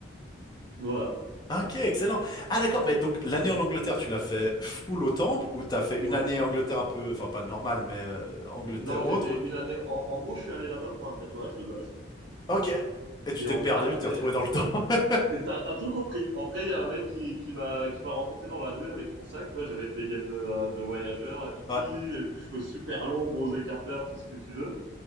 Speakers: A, on the right; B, on the left.
A: Voilà.
B: Ok, excellent. Ah, d'accord, mais donc l'année en Angleterre, tu l'as fait full au temple ou t'as fait une
A: Ouais.
B: année Angleterre un peu, enfin pas normale, mais euh, Angleterre
A: Non, j'ai
B: autre
A: fait
B: ou...
A: une année. En, en gros, je suis allé là-bas pour un tatouage de base.
B: Ok. Et tu
A: Et
B: t'es
A: en
B: perdu,
A: fait, après,
B: tu t'es retrouvé
A: euh,
B: dans le temps. <laughs>
A: et t'as, t'as tout compris. En vrai, il y a un mec qui, qui m'a, qui m'a rencontré dans la rue avec mon sac. Tu vois, j'avais une dégaine de, de voyageur, hippie,
B: Ouais,
A: cheveux super longs, gros écarteurs, tout ce que tu veux.